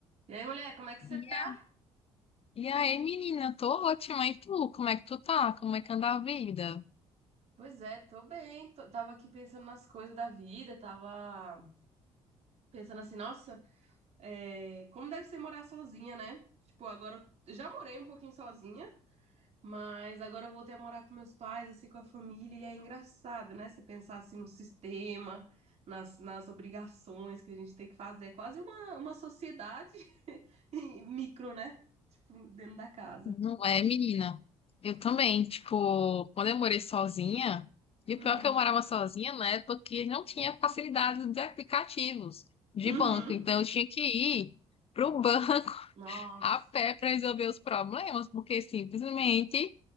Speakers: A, on the right; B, on the left.
A: E aí, mulher, como é que você
B: E
A: tá?
B: a- e aí, menina, tô ótima. E tu, como é que tu tá? Como é que anda a vida?
A: Pois é, tô bem. tô- tava aqui pensando nas coisas da vida, tava pensando assim, nossa, é, como deve ser morar sozinha, né? Tipo, agora eu já morei um pouquinho sozinha, mas agora eu voltei a morar com meus pais, assim, com a família, e é engraçado, né? Você pensar assim no sistema, nas, nas obrigações que a gente tem que fazer. É quase uma, uma sociedade <laughs> em micro, né? Tipo, dentro da casa.
B: Não é, menina? Eu também, tipo, quando eu morei sozinha, e
A: Hum.
B: o pior é que eu morava sozinha na época que não tinha facilidade de aplicativos de
A: Uhum.
B: banco. Então, eu tinha que ir pro banco <laughs>
A: Nossa,
B: a pé para resolver os problemas, porque simplesmente